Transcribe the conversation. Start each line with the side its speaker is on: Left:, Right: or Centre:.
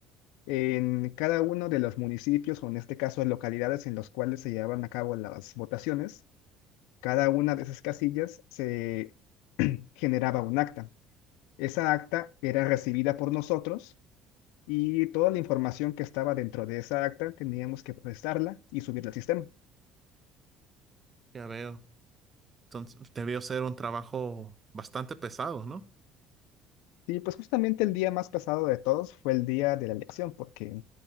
Left: en cada uno de los municipios, o en este caso localidades en los cuales se llevaban a cabo las votaciones, cada una de esas casillas se generaba un acta. Esa acta era recibida por nosotros y toda la información que estaba dentro de esa acta teníamos que procesarla y subirla al sistema.
Right: Ya veo. Entonces, debió ser un trabajo bastante pesado, ¿no?
Left: Sí, pues justamente el día más pesado de todos fue el día de la elección, porque